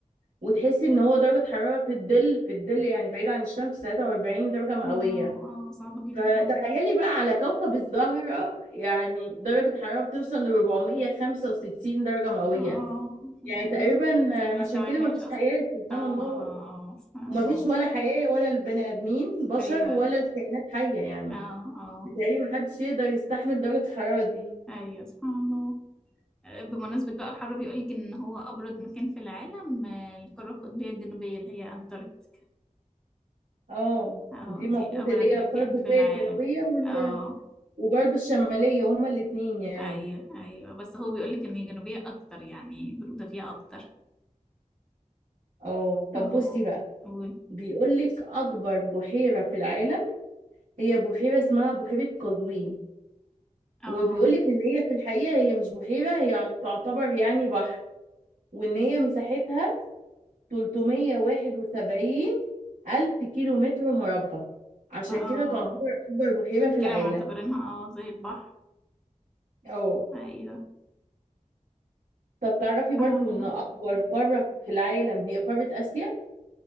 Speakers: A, on the right (about 85°); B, in the centre.
A: وتحسي ان هو درجة حرارة في الظل في الظل يعني بعيد عن الشمس 43 درجة مئوية
B: اه اه صعبة جدا
A: فتخيلي بقى على كوكب الزهرة يعني درجة حرارة بتوصل ل 465 درجة مئوية
B: اه يعني
A: يعني تقريبا
B: الانسان
A: آه،
B: ما
A: عشان
B: يستوعبهاش
A: كده مفيش
B: اصلا
A: حياة سبحان
B: اه اه
A: الله
B: اه سبحان
A: ومفيش
B: الله
A: ولا حياة ولا البني آدمين بشر
B: ايوه
A: ولا الكائنات حية يعني
B: اه اه
A: بتهيألي محدش يقدر يستحمل درجة الحرارة دي
B: ايوه سبحان الله بمناسبة بقى الحر بيقول لك ان هو ابرد مكان في العالم آه، القارة القطبية الجنوبية اللي هي انتاركتيكا
A: اه
B: اه
A: دي المفروض
B: دي ابرد
A: اللي
B: مكان
A: هي القارة القطبية
B: في العالم
A: الجنوبية وال...
B: اه
A: وبرضه الشمالية هما الاتنين يعني
B: ايوه ايوه بس هو بيقول لك ان الجنوبيه اكتر يعني البروده فيها اكتر
A: اه طب
B: اه
A: بصي بقى
B: قول
A: بيقولك أكبر بحيرة في العالم هي بحيرة اسمها بحيرة قزوين
B: اه
A: وبيقولك إن هي في الحقيقة هي مش بحيرة هي تعتبر يعني بحر وإن هي مساحتها 371 ألف كيلو متر مربع عشان
B: اه آه.
A: كده تعتبر أكبر بحيرة
B: عشان
A: في
B: كده
A: العالم
B: معتبرينها اه زي البحر
A: أو
B: ايوه
A: طب تعرفي برضو
B: اه
A: إن أكبر قارة في العالم هي قارة آسيا